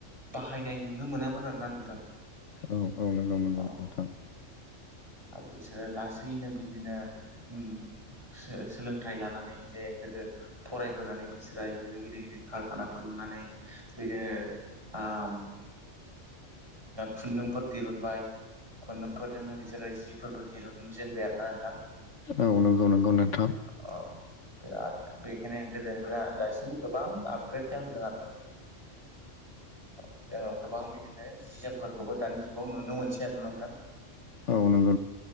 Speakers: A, on the right; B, on the left.
A: बाहायनाय नुनो मोनामोन आरोना नोंथां।
B: औ औ नंगौ नंगौ
A: औ
B: नोंथां।
A: आरो बिसोरो लासैनो बिदिनो ओम सो सोलोंथाइ लानानै जे गोदो फरायबोनानै बि स्राय बिदिनो गिदिर-गिदिर कारखानाफोर लुनानै बिदिनो आम खुन्दुंफोर दिरुनबाय। खुन्दुंफोरजोंनो बिसोरो जिफोरबो दिरुनजेनबाय आरो ना नोंथां।
B: औ नंगौ नंगौ नोंथां
A: औ बिराद बे बेखनो ओमफ्राय दासिम गोबां आपग्रेड जाबोदों आरोना नोंथां औ जोङो गोबां बिदिनो जि जोमफोरखौबो दानि जुगाव नुनो मोनसै आरोना नोंथां ।
B: औ नों ।